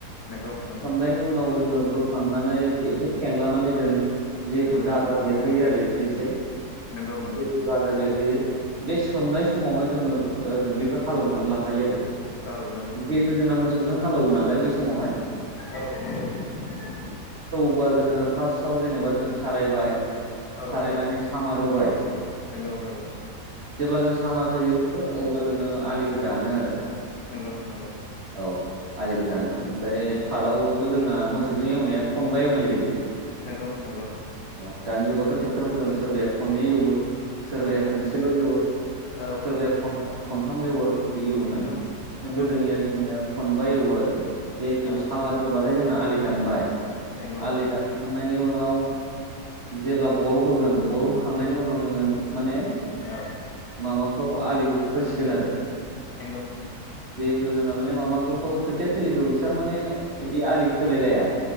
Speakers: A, on the left; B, on the right.
A: नंगौ नंगौ
B: सोमनायनि उनाव जोङो बोखांनानै एसे खेनलानानै दोनो जिहेथु
A: नंगौ
B: गाजा
A: नंगौ
B: बेरहोयो आरो एसे एसे जिहेथु
A: नंगौ नंगौ
B: गाजा बेरहोयो। बे सोमनाय समावनो जोङो ओ दुब्लिखौ हालेवनानै लाखायो आरो। जिहेथु
A: औ नंगौ नंगौ
B: जोंना मोसौजों हालौवो नालाय बै समावहाय
A: औ नोंगौ नोंगौ।
B: अवा जोङो फार्स्टआव जेनेबा जों खारायबाय
A: औ
B: खारायनानै
A: औ
B: सामार होबाय
A: नंगौ नंगौ
B: जेब्ला जों सामार होयो अब्ला जोङो आलिखौ दानो आरो।
A: नंगौ नंगौ
B: औ आलिखो दानो ओमफाय दाउ जोंना मोसौजों एवनाया खनबा एवनाय जायो।
A: नंगौ नंगौ
B: औ दानि जुगावथ' ट्रेक्टरफोरजों सोरबाया खननै एवो सोरबाया
A: नंगौ
B: खोनसेल' एवो
A: औ
B: सोरबाया
A: औ
B: खन
A: औ
B: खनथाम एवो बिदि एवोना
A: नंगौ नंगौ
B: गोदोनिया
A: नोंथां नंगौ
B: जोंनिया खनबा एवो गौ आरो जिहेटु
A: औ
B: सामार
A: औ
B: होबाथाय जोङो आलि दानबाय
A: नंगौ
B: आलि
A: औ
B: दानखांनायनि उन नाव जेब्ला बर' होगोन बर' हो खांनायनि उनाव जोङो माने
A: औ
B: माबाखौ आलिखौ खोसिगोन आरो
A: नंगौ
B: जिहेथु जोंना माने माबाखौथ' खोथिया थोलिखौ बेसेबां माने बिदि आलि खोलायलाया